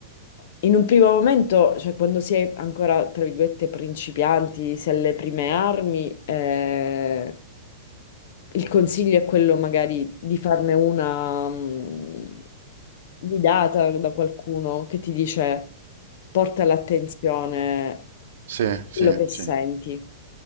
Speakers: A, on the left; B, on the right.
A: in un primo momento, cioè quando si è ancora, tra virgolette, principianti, si è alle prime armi, eh, il consiglio è quello magari di farne una mh, guidata da qualcuno che ti dice porta l'attenzione a
B: Sì, sì,
A: quello che senti,
B: sì,